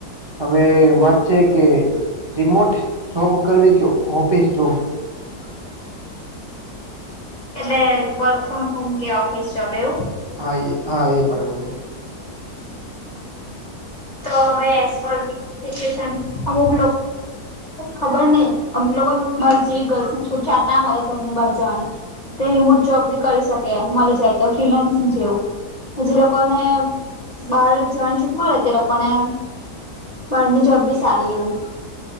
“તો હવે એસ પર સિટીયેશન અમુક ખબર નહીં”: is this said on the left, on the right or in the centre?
Left